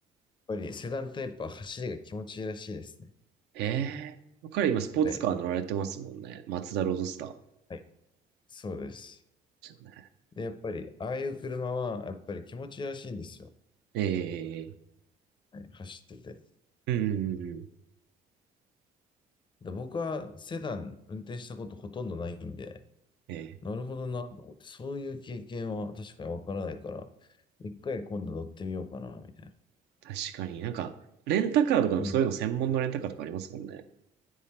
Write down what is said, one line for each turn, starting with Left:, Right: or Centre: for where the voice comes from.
Left: ぱりセダンタイプは走りが気持ちいいらしいですね。
Right: ええ。彼今スポーツカー乗られてますもんね。
Left: はい、
Right: マツダロードスタ
Left: はい、そうです。
Right: ー。
Left: で、やっぱり、ああいう車は、やっぱり気持ちいいらしいんですよ。
Right: ええ
Left: はい、走ってて。
Right: うんうんうんうん。
Left: で、僕はセダン運転したことほとんどないんで、
Right: ええ
Left: なるほどなと思って、そういう経験は確かにわからないから、一回今度乗ってみようかな、みたいな。
Right: 確かになんか、レンタカーとかでもそういうの専門のレンタカーとかありますもんね。
Left: うん、